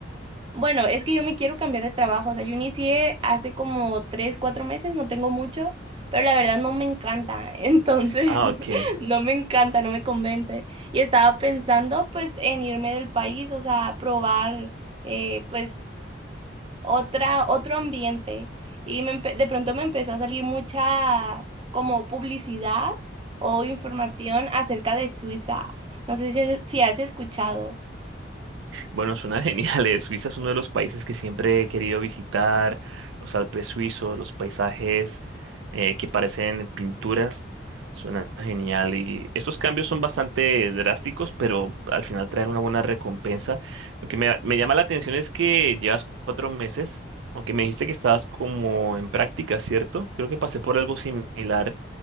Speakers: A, on the right (about 30°); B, on the right (about 80°).
A: bueno, es que yo me quiero cambiar de trabajo, o sea, yo inicié hace como tres, cuatro meses, no tengo mucho, pero la verdad no me encanta, <laughs> entonces
B: Ah,
A: <laughs>
B: ok.
A: no me encanta, no me convence. Y estaba pensando pues en irme del país, o sea, probar eh, pues otra, otro ambiente. Y me empe- de pronto me empezó a salir mucha como publicidad o información acerca de Suiza. No sé si, si has escuchado.
B: Bueno, suena <laughs> genial. eh, Suiza es uno de los países que siempre he querido visitar, los Alpes suizos, los paisajes eh, que parecen pinturas. Suena genial. Y estos cambios son bastante drásticos, pero al final traen una buena recompensa. Lo que me, me llama la atención es que llevas cuatro meses, aunque me dijiste que estabas como en práctica, ¿cierto? Creo que pasé por algo similar